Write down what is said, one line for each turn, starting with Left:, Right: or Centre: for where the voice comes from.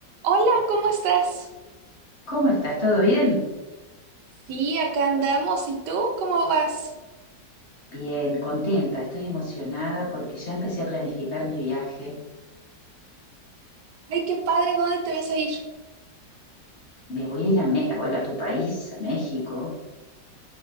Right: Hola, ¿cómo estás?
Left: ¿Cómo estás? ¿Todo bien?
Right: Sí, acá andamos. ¿Y tú cómo vas?
Left: Bien, contenta, estoy emocionada porque ya empecé a planificar mi viaje.
Right: Ay, qué padre, ¿dónde te vas a ir?
Left: Me voy a ir a, Me- bueno, a tu país, a México.